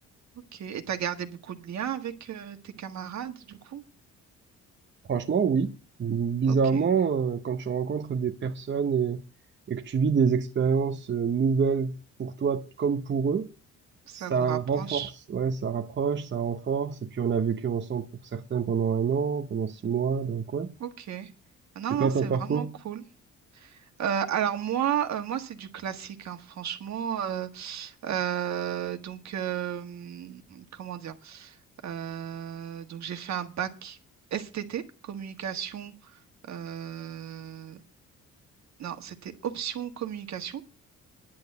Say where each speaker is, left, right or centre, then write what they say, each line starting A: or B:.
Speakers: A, on the right; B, on the right.
A: Ok, et t'as gardé beaucoup de liens avec euh, tes camarades, du coup?
B: Franchement, oui. Bizarrement,
A: Ok,
B: euh, quand tu rencontres des personnes et, et que tu vis des expériences euh, nouvelles pour toi comme pour eux,
A: ça
B: Ça
A: vous rapproche.
B: renforce, ouais, ça rapproche, ça renforce. Et puis on a vécu ensemble pour certains pendant un an, pendant six mois, donc ouais.
A: Ok. Ah Non,
B: Et toi,
A: non,
B: ton
A: c'est
B: parcours?
A: vraiment cool. Euh, alors moi, euh, moi c'est du classique, hein, franchement. euh, euh, donc, euh, comment dire? Euh, donc j'ai fait un bac STT, communication. euh, non, c'était option communication,